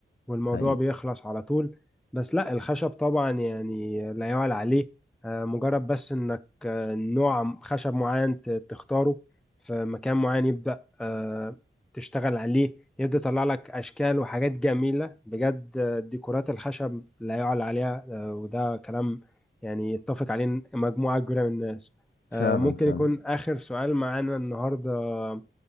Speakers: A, in the centre; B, on the left.
A: والموضوع
B: حقيقي
A: بيخلص على طول بس لا الخشب طبعا يعني لا يعلى عليه آه، مجرد بس انك آه، نوع خشب معين ت- تختاره في مكان معين يبدأ آه، تشتغل عليه يبدأ يطلع لك اشكال وحاجات جميلة بجد آه، ديكورات الخشب لا يعلى عليها آه، وده كلام يعني يتفق عليه مجموعة كبيرة من الناس
B: فعلا
A: آه، ممكن
B: فعلا
A: يكون آخر سؤال معانا النهاردة